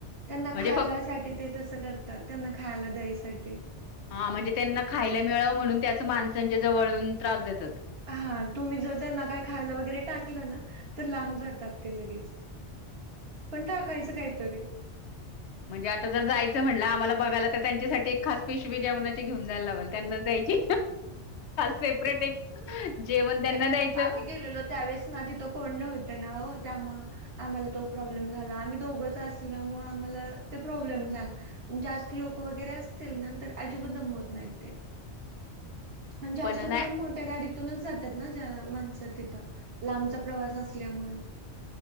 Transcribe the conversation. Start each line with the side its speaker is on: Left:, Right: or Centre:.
Right: त्यांना
Left: म्हणजे
Right: खायला
Left: फक्त
Right: साठी ते तसं करतात त्यांना खायला द्यायसाठी. ते
Left: हा म्हणजे त्यांना खायला मिळाव म्हणून ते अस माणसांच्या जवळ येऊन त्रास देतात.
Right: हा तुम्ही जर त्यांना काही खायला वगैरे टाकलं ना तर लांब जातात ते लगेच. पण टाकायचं काहीतरी.
Left: म्हणजे आता जर जायचं म्हणटलं आम्हाला बघायला. त्यांच्यासाठी एक खास पिशवी जेवना घेऊन जायला लावल त्यांनाच द्यायची. सेपरेट एक जेवण त्यांना
Right: नाही
Left: द्यायचं
Right: आम्ही गेलेलो त्यावेेळेस ना तिथं कोण न्हवत ना ओ. हो त्यामुळे आम्हाला तो प्रॉब्लेम झाला आम्ही दोघच असल्यामुळ आम्हाला ते प्रॉब्लेम झाल जास्त लोक वगैरे असतील ना तर अजिबातम दमवत नाही ते. आणि जास्त
Left: पण नाही
Right: करून मोठ्या गाडीतूनच जात ज्या माणसं तिथं लांबचा प्रवास असल्यामुळे